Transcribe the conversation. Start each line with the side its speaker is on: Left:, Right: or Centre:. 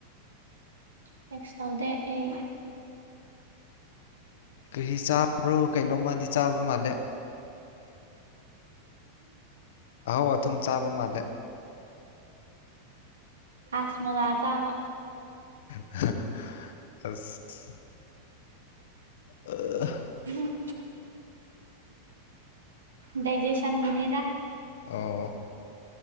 Right: ꯇꯦꯛꯁ ꯇꯧꯗꯦ ꯑꯩ
Left: ꯀ ꯆꯥꯕ꯭ꯔꯣ ꯀꯩꯅꯣꯝꯃꯜꯗꯤ ꯆꯥꯕ ꯃꯥꯜꯂꯦ ꯑꯍꯧ ꯑꯊꯨꯝ ꯆꯥꯕ ꯃꯥꯜꯂꯦ
Right: ꯑꯥꯁ ꯃꯂ ꯆ ꯑꯃ
Left: ꯑꯁ ꯑ
Right: ꯎꯝ ꯗꯏꯖꯦꯁꯟ ꯅꯦꯗ
Left: ꯑꯣ